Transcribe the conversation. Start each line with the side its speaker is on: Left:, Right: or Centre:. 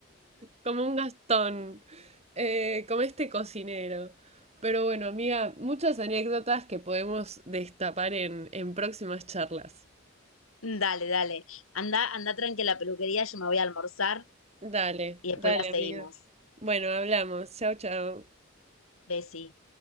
Right: Como un Gastón, eh, como este cocinero. Pero bueno, amiga, muchas anécdotas que podemos destapar en, en próximas charlas.
Left: Dale, dale. Anda, anda tranqui a la peluquería, yo me voy a almorzar
Right: Dale,
Left: y después
Right: dale,
Left: la seguimos.
Right: amiga. Bueno, hablamos. Chao, chao.
Left: Bessie.